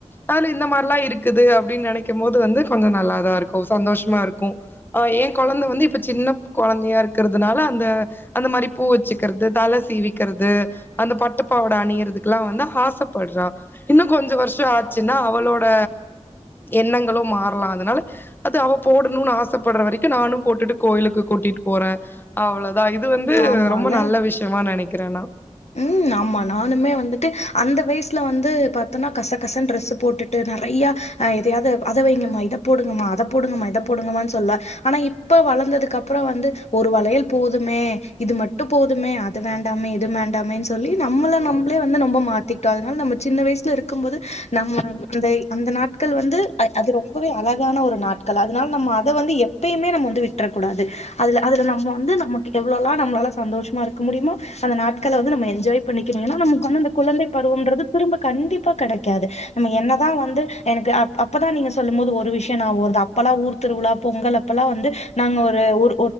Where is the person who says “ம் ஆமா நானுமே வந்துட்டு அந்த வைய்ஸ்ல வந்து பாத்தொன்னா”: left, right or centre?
Left